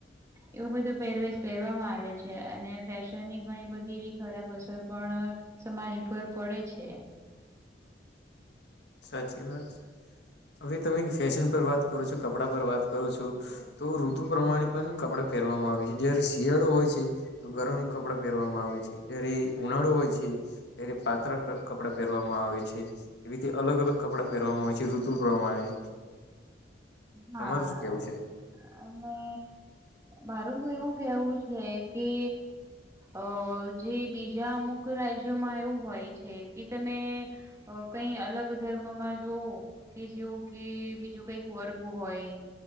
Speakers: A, on the right; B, on the left.
A: એવું બધું પહેરવેેશ પહેરવામાં આવે છે, અને ફેશનની ઘણી બધી એવી ખરાબ અસર પણ અહ સમાજ પર પડે છે એ.
B: સાચી વાત. હવે તમે ફેશન પર વાત કરો છો, કપડા પર વાત કરો છો તો ઋતુ પ્રમાણે પણ કપડા પહેરવામાં આવે છે, જયારે શિયાળો હોય છે તો ગરમ કપડા પહેરવામાં આવે છે. જ્યારે ઉનાળો હોય છે ત્યારે પાતળા ક કપડા પહેરવામાં આવે છે. એવી જ રીતે અલગ-અલગ કપડાં પહેરવામાં આવે છે ઋતુ પ્રમાણે.
A: હા.
B: તમારું શું કેવું છે
A: અહ અને મારું તો એવું કેવું છે કે અહ જે બીજા અમુક રાજ્યોમાં એવું હોય છે, કે તમે અહ કંઈ અલગ ધર્મમાં જોવો, કે જેવું કે બીજું કઈક વર્ગ હોય,